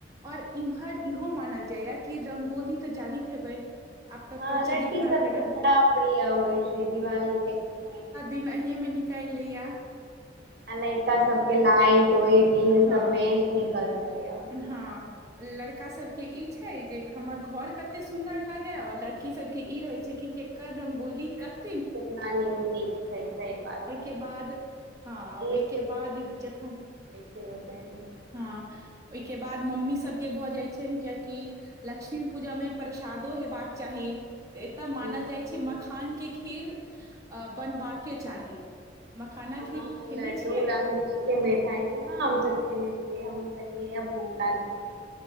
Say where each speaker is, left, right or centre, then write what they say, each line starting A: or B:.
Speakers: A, on the right; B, on the right.
A: और इम्हर इहो मानल जाइये की रंगोली तऽ जानैत हेबै आब तऽ
B: हँ
A: प्रचलित
B: लड़की
A: हर
B: सबके
A: जगह
B: बड़ा
A: छै
B: प्रिय होइ छै दिवाली के समय
A: अहि मे निकाल लेया
B: अलैका सबके लाइटोइट इह
A: हँ
B: सबमे निकल जाइया
A: हँ लड़का सबके ई छै जे हमर घर कते सुन्दर लागे और लड़की सबके ई रहे छै कि केकर रंगोली कत
B: कितना नीक छै सही बात
A: ओहिके
B: छै
A: बाद हँ ओहिके
B: एक
A: बाद जखन
B: से ओ देै <inaudible>
A: हँ ओहिके बाद मम्मी सबके भऽ जाइत छैन कियेकि लक्ष्मी पूजामे परेशान सादो हेबाक चाही एतय
B: मे
A: मानल जाइ छै मखान के खीर अ बनबाके चाही मखाना
B: हँ
A: खीर खेने
B: लड्डू
A: छियै
B: रंग बिरंग के मिठाइ छै हँ आम खेने छै <inaudible> से हमर सबके इहे भोग लागै छै